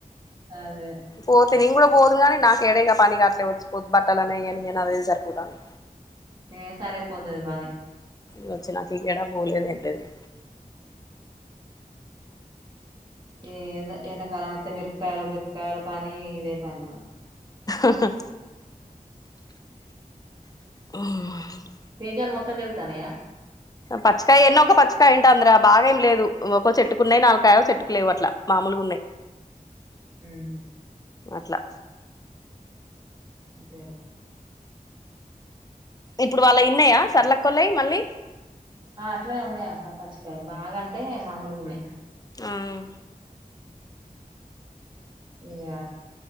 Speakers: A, on the right; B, on the left.
A: అదే
B: పోతే నే నికూడా పోదు కాగాని నాకు ఎడేగాని పని కావట్లే వచ్చి పోద్దకానే <unintelligible> అనేయని అదే సరిపోతాంది
A: ఇంగా సరిపోతాది పనీ
B: వచ్చినాక ఎక్కడ పోలేదు ఏం లేదు
A: ఎందో తిన తరువాత మిరుపకాయలు మిర్కాయల పాని ఇదే పని మాకు
B: ఉహ్ మ్మ్
A: <unintelligible> మొత్తం తగ్గుతాన్నయ
B: పచ్చకాయ ఎన్నో ఒక పచ్చకాయ ఉంటాంది రా బాగా ఏం లేదు ఒక్కో చెట్టుకు ఉన్నాయి ఇంకొ చెట్టుకు లేవు అట్లా మామూలుగా ఉన్నాయి
A: ఉహు
B: అట్లా
A: అంతేలె
B: ఇప్పుడు వాళ్ళ వి ఉన్నాయా సరళక్క వాళ్ళవి మళ్ళీ
A: ఆ అట్లనే ఉన్నాయి అక్క పచ్చికయలు బాగా అంటే మామూలుగా ఉన్నాయి
B: అవును
A: ఇంగా